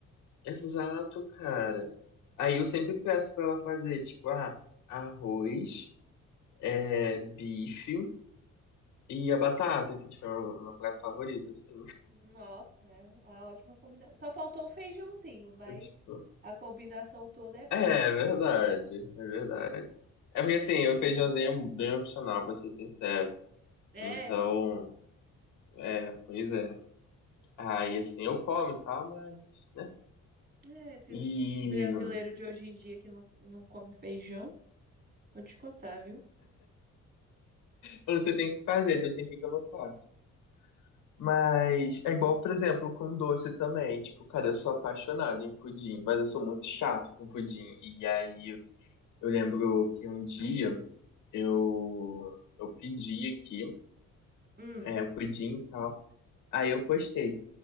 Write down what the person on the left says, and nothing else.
exato, cara. Aí eu sempre peço pra ela fazer, tipo, ah, arroz, é, bife e a batata, que, tipo, é uma praia favorita, assim.
<laughs> tipo,
É, é verdade, é verdade. É porque assim, o
feijãozinho é bem opcional, vou ser sincero.
Então, é, pois é. Aí assim, eu como e tal, mas, né?
E
quando você tem que fazer, então tem que que eu não faço. Mas
é igual, por exemplo, com doce também. Tipo, cara, eu sou apaixonado em pudim, mas eu sou muito chato com pudim. E aí eu lembro que um dia eu, eu pedi aqui,
é, pudim e tal. Aí eu postei.